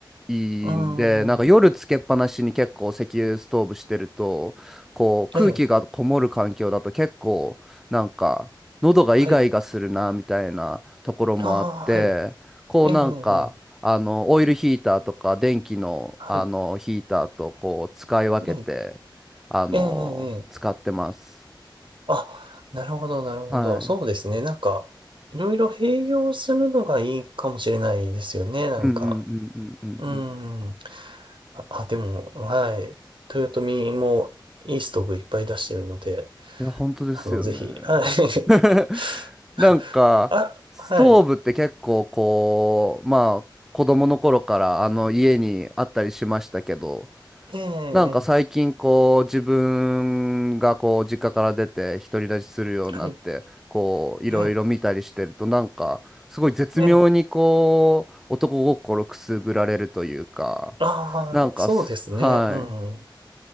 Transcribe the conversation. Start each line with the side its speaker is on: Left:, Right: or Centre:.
Centre: いいんで、
Right: うー
Centre: なんか夜つけっぱなしに結構石油ストーブしてると、
Right: ん、
Centre: こう空気がこもる環境だと結構なんか喉がイガイガするなみたいなところもあって、
Right: ええ、はい。ああ、はい。
Centre: こうなんかあの、
Right: ええ、ええ、
Centre: オイルヒーターとか電気の、
Right: はい。
Centre: あの、ヒーターとこう使い分けて、
Right: ええ、
Centre: あの、
Right: ええ、ええ。
Centre: 使ってます。
Right: あ、なるほど、なるほど。
Centre: はい。
Right: そうですね。
Centre: うん
Right: なんか、いろいろ併用するのがいいかもしれないですよね。なんか。
Centre: うんうんうんうんうん。
Right: うーん。あ、あでも、はい。豊臣もいいストーブいっぱい出してるので、
Centre: いや、本当ですよね。
Right: あの、ぜひ、はい。
Centre: <laughs> なんか、
Right: <laughs> あ、
Centre: ストーブって結構こう、
Right: はい。
Centre: まあ、子供の頃からあの家にあったりしましたけど、
Right: ええ、ええ、
Centre: なんか最近こう自分がこう実家から出て独り立ちするようになってこういろいろ見たりしてるとなんかすごい絶妙にこう男心くすぐられるというか
Right: はい。はい。ええああ、
Centre: なんかすはい
Right: そうですね。うん。